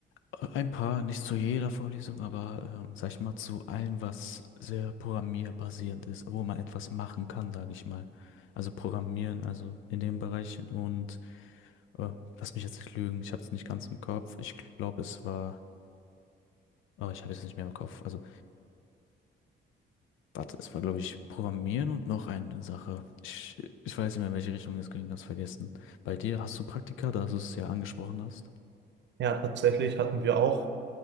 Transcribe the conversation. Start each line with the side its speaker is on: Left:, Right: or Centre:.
Left: äh, ein paar, nicht zu jeder Vorlesung, aber ähm, sag ich mal, zu allem, was sehr programmierbasierend ist, wo man etwas machen kann, sage ich mal. Also Programmieren, also in dem Bereich. Und äh, lass mich jetzt nicht lügen, ich habe es nicht ganz im Kopf. Ich glaube, es war, oh, ich habe es nicht mehr im Kopf. Also Warte, es war, glaube ich, Programmieren und noch eine Sache. Ich, ich weiß nicht mehr, in welche Richtung es ging, hab's vergessen. Bei dir hast du Praktika, da du es ja angesprochen hast.
Right: ja, tatsächlich hatten wir auch,